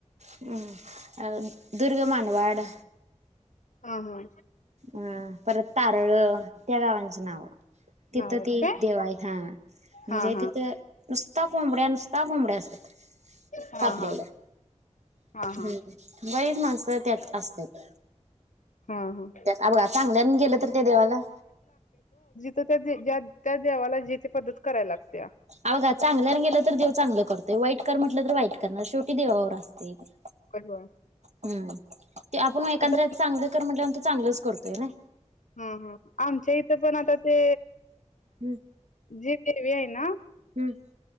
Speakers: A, on the right (about 65°); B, on the left (about 85°).
A: <unintelligible> दुर्ग मानवाड
B: हा हा
A: अ परत तारळ त्या गावां ची नावं तिथं
B: नाव आहेत
A: ती
B: काय
A: देव आहे हा म्हणजे
B: हा हा
A: तिथं नुसता कोंबड्या नुसता कोंबड्या असं
B: हा
A: कापलेल.
B: हा हा हा
A: हम बाईर माण स त्यात असत्यात.
B: हा हा
A: अ बगा चांगल्यानं गेलं तर ते देवाला.
B: तर त्या ज्या त्या देवाला जी ती पद्धत करायला लागत्या.
A: अ बघा चांगल्यान गेलं तर देव चांगलं करतोय, वाईट कर म्हटलं तर वाईट करणार, शेवटी देवावर असतंय ते.
B: <unintelligible>
A: हम्म ते आपण एकंद्र्यात
B: आता
A: चांगलं कर म्हटल्याव चांगलंच करतोय राय.
B: हम्म हम्म हा आमच्या इथं पण आता ते
A: हम्म
B: जी देवी आहे ना
A: हम्म